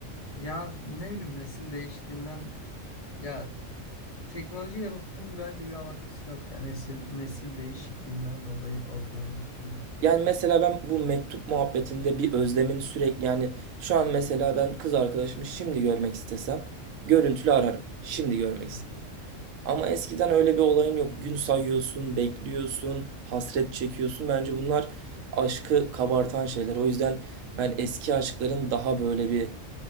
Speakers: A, on the left; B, on the right.
A: Ya ne bileyim nesil değiştiğinden ya teknolojiyle bunun bence bir alakası yok. Yani nesil, nesil değişikliğinden dolayı olduğunu düşünüyorum.
B: Yani mesela ben bu mektup muhabbetinde bir özlemin sürekli yani şu an mesela ben kız arkadaşımı şimdi görmek istesem görüntülü ararım. Şimdi görmek
A: Hı
B: istesem.
A: hı.
B: Ama eskiden öyle bir olayın yok. Gün sayıyorsun, bekliyorsun, hasret çekiyorsun. Bence bunlar aşkı kabartan şeyler. O yüzden ben eski aşkların daha böyle bir